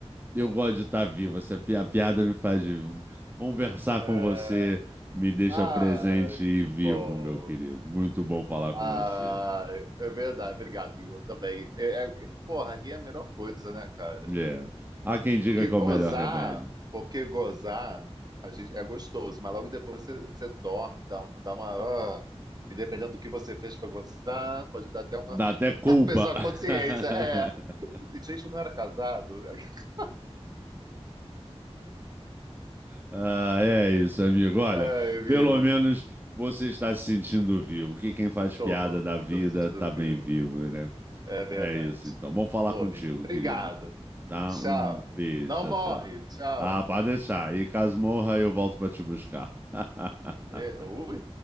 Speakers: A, on the right (about 20°); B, on the right (about 40°).
A: eu gosto de estar vivo, essa pi- a piada me faz vivo. Conversar
B: É...
A: com você me deixa
B: Ah,
A: presente e
B: que
A: vivo,
B: bom.
A: meu querido. Muito bom falar
B: Ah,
A: com você.
B: é verdade, obrigado, Igor, também. É, é, que- porra, rir é a melhor coisa, né, cara?
A: É. Há quem diga
B: Porque
A: que
B: gozar,
A: é o melhor remédio.
B: porque gozar, a gente, é gostoso, mas logo depois você, você dorme, dá, dá uma. ah, e dependendo do que você fez pra gozar, pode dar até uma
A: Dá
B: <laughs>
A: até culpa.
B: pessoa
A: <laughs>
B: consciência. É, Assim, gente, eu não era casado. <laughs>
A: Ah, é isso, amigo. Olha,
B: Ai, amigo,
A: pelo menos você está se sentindo vivo. Que quem faz
B: tô,
A: piada da vida
B: tô me sentindo
A: tá bem
B: vivo.
A: vivo, né?
B: É verdade.
A: É isso, então. Bom falar
B: Pô,
A: contigo,
B: amigo, obrigado.
A: querido. Tá?
B: Tchau.
A: Um beijo,
B: Não
A: tchau,
B: morre.
A: tchau.
B: Tchau.
A: Ah, pode deixar. E caso morra, eu volto para te buscar. <laughs>
B: E, ui.